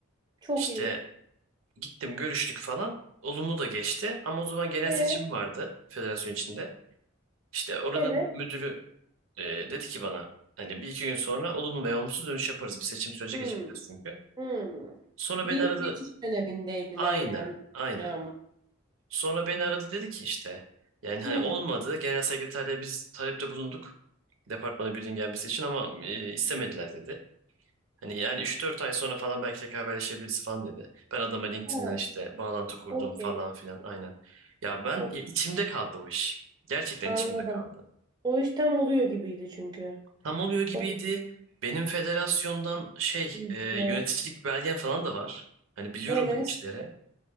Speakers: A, on the right; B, on the right.
A: çok
B: İşte
A: iyi.
B: gittim görüştük falan. Olumlu da geçti ama o zaman genel
A: E,
B: seçim vardı federasyon içinde. İşte oranın
A: evet.
B: müdürü Ee, dedi ki bana hani bir iki gün sonra olumlu veya olumsuz dönüş yaparız. Bir seçim süreci
A: Hmm,
B: geçireceğiz çünkü.
A: hmm.
B: Sonra
A: Bir
B: beni aradı.
A: geçiş dönemindeydiler
B: Aynen,
A: yani.
B: aynen.
A: Ya mı?
B: Sonra beni aradı dedi ki işte yani hani
A: Ne
B: olmadı.
A: dedim?
B: Genel sekreterle biz talepte bulunduk. Departmana birinin gelmesi için ama e, istemediler dedi. Hani yani üç dört ay sonra falan belki tekrar haberleşebiliriz falan dedi. Ben adama LinkedIn'den
A: Ha,
B: işte bağlantı kurdum
A: okey.
B: falan filan aynen. Ya ben
A: Okey.
B: ya içimde kaldı o iş. Gerçekten
A: Anladım.
B: içimde kaldı.
A: O iş tam oluyor gibiydi çünkü.
B: Tam oluyor gibiydi.
A: O da
B: Benim federasyondan şey
A: iyiymiş
B: e, yöneticilik
A: ya.
B: belgen falan da var. Hani biliyorum
A: Evet.
B: da içlere.